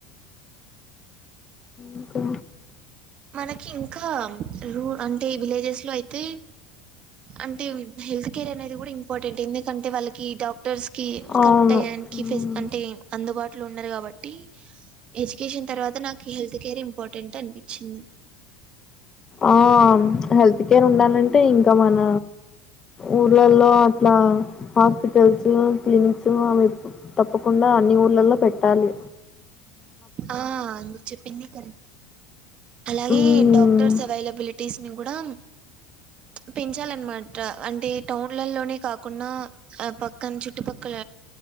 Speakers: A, on the left; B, on the right.
A: ఇంకా
B: మనకి ఇంకా రూ అంటే విలేజెస్ లో అయితే అంటే హెల్త్ కేర్ అనేది కూడా ఇంపార్టెంట్ ఎందుకంటే వాళ్ళకి డా క్టర్స్ కి
A: అవును
B: కరెక్ట్ టయ్యానికి
A: ఉమ్
B: ఫెస్ అంటే అందుబాటు ఇంట్లో ఉండరు కాబట్టి ఎడ్యుకేషన్ తర్వాత నాకు హెల్త్ కేర్ ఇంపార్టెంట్ అనిపించింది
A: ఆ హెల్త్ కేర్ ఉండాలంటే ఇంకా మన ఊర్లలో అట్లా హాస్పిటల్స్ క్లినిక్స్ అవి తప్పకుండా అన్ని ఊర్లలో పెట్ టాళి
B: ఆ నువ్వు చెప్పింది కరెక్ట్ అలాగే
A: ఉమ్
B: డాక్టర్స్ ఎవైలబులిటి గుడా పెంచాలన్నమాట అంటే టౌన్లలోనే కాకుండా పక్కన చుట్టుపక్కల